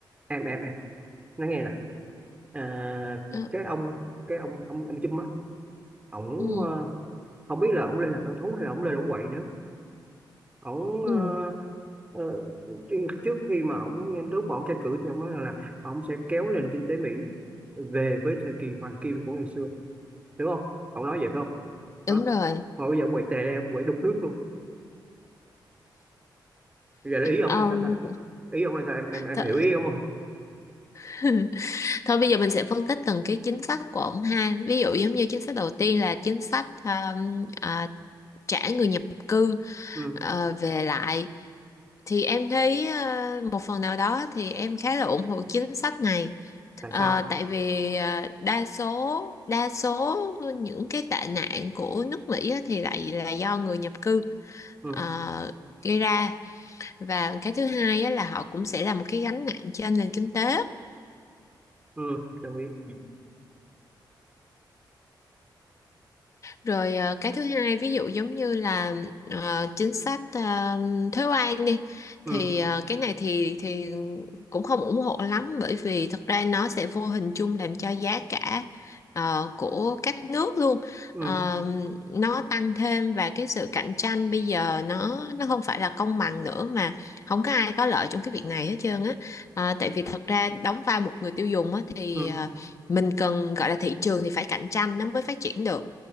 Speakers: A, on the right; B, on the left.
A: em em em nói nghe nè à,
B: Ờ,
A: cái ông cái ông ông ông Chum á ổng
B: ừ,
A: ờ, không biết là ổng lên làm thợ thú hay là ổng lên ổng quậy nữa ổng ờ,
B: ừ,
A: ờ, trước trước khi mà ổng lúc mà ổng tranh cử thì ổng nói là ổng sẽ kéo nền kinh tế Mỹ về với thời kỳ hoàng kim của ngày xưa đúng không ổng nói vậy phải không đó
B: đúng rồi.
A: mà bây giờ ổng quậy tè ra ổng quậy đục nước luôn Bây giờ là ý ổng
B: Ông
A: là sao ta ý ổng là sao em em em
B: th
A: hiểu ý ổng không
B: <laughs> thôi bây giờ mình sẽ phân tích từng cái chính sách của ông ha. Ví dụ giống như chính sách đầu tiên là chính sách um, à, trả người nhập cư
A: ừ
B: ờ, về lại. Thì em thấy ờ, một phần nào đó thì em khá là ủng hộ chính sách này.
A: tại
B: Ờ,
A: sao
B: tại vì ờ, đa số đa số những cái tệ nạn của nước Mỹ á thì lại là do người nhập cư
A: ừ
B: ờ, gây ra và cái thứ hai á, là họ cũng sẽ là một cái gánh nặng trên nền kinh tế
A: ừ đồng ý
B: Rồi ờ, cái thứ hai ví dụ giống như là ờ, chính sách ờ, thuế quan đi
A: ừ
B: thì ờ, cái này thì thì cũng không ủng hộ lắm bởi vì thật ra nó sẽ vô hình chung làm cho giá cả ờ, của các nước luôn
A: ừ
B: ờ, nó tăng thêm và cái sự cạnh tranh bây giờ nó nó không phải là công bằng nữa mà không có ai có lợi trong cái việc này hết trơn á Ờ, tại vì thật ra đóng vai một người tiêu dùng á thì
A: ừ
B: ờ, mình cần gọi là thị trường thì phải cạnh tranh nó mới phát triển được